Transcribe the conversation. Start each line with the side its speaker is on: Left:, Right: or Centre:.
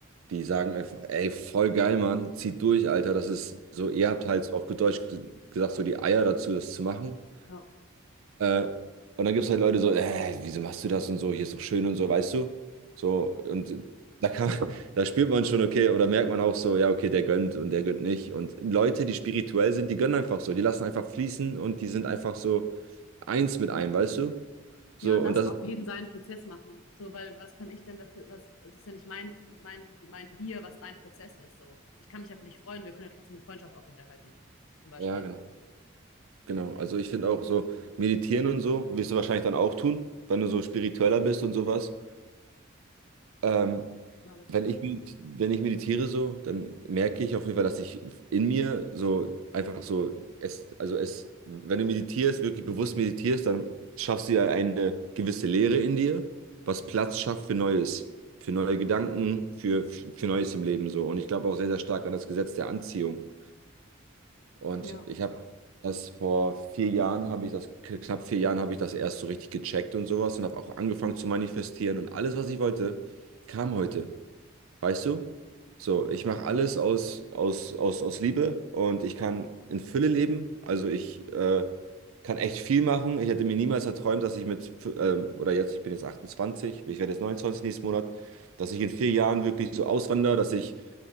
Right: Die sagen einfach, ey, voll geil, Mann, zieht durch, Alter. Das ist so, ihr habt halt so auf gut Deutsch g- gesagt, so die Eier dazu, das zu machen.
Left: Ja.
Right: Äh, und dann gibt es halt Leute so, äh, wieso machst du das und so, hier ist doch schön und so, weißt du? So, und da kann, <laughs> da spürt man schon, okay, oder merkt man auch so, ja, okay, der gönnt und der gönnt nicht. Und Leute, die spirituell sind, die gönnen einfach so, die lassen einfach fließen und die sind einfach so eins mit einem, weißt du? So,
Left: Ja, und lassen
Right: und das,
Left: auch jeden seinen Prozess machen. So, weil was kann ich denn dafür, was, es ist ja nicht mein, mein, mein Bier, was dein Prozess ist. So, ich kann mich ja für dich freuen, wir können ja trotzdem die Freundschaft aufrechterhalten. Zum Beispiel.
Right: ja, genau. Genau, also ich finde auch so meditieren und so, wirst du wahrscheinlich dann auch tun, wenn du so spiritueller bist und sowas. Ähm,
Left: Mache ich.
Right: wenn ich, medit- wenn ich meditiere so, dann merke ich auf jeden Fall, dass ich in mir so einfach so, es, also es, wenn du meditierst, wirklich bewusst meditierst, dann schaffst du ja eine gewisse Leere in dir, was Platz schafft für Neues, für neue Gedanken, für, für Neues im Leben so. Und ich glaube auch sehr, sehr stark an das Gesetz der Anziehung. Und
Left: Ja,
Right: ich habe das vor vier Jahren, habe ich das, knapp vier Jahren habe ich das erst so richtig gecheckt und sowas und habe auch angefangen zu manifestieren und alles, was ich wollte, kam heute. Weißt du? So, ich mache alles aus, aus, aus, aus Liebe und ich kann in Fülle leben. Also ich äh, kann echt viel machen. Ich hätte mir niemals erträumt, dass ich mit, ähm, oder jetzt, ich bin jetzt 28, ich werde jetzt 29 nächsten Monat, dass ich in vier Jahren wirklich so auswandere, dass ich